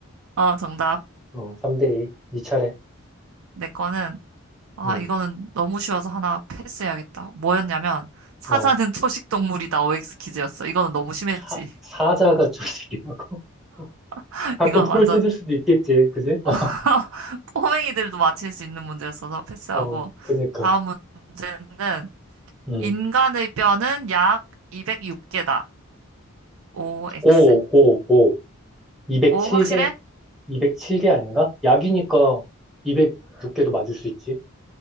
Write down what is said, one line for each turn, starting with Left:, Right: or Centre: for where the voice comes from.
Right: 어, 정답.
Centre: 어, 3대2. 네 차례.
Right: 내 거는, 아,
Centre: 응
Right: 이거는 너무 쉬워서 하나 패스해야겠다. 뭐였냐면, 사자는
Centre: 어,
Right: <laughs> 초식 동물이다. OX 퀴즈였어. 이거는 너무 심했지.
Centre: 사, 사자가 저기라고. <laughs>
Right: <laughs>
Centre: 가끔
Right: 이건
Centre: 프로를
Right: 완전
Centre: 뜯을 수도 있겠지. 그지? <laughs>
Right: <laughs> 꼬맹이들도 맞힐 수 있는 문제였어서 패스하고.
Centre: 어, 그니까.
Right: 다음 문제는,
Centre: 응
Right: 인간의 뼈는 약 206개다. OX.
Centre: 오오 5. 207개
Right: 오, 확실해?
Centre: 207개 아닌가? 약이니까 206개도 맞을 수 있지.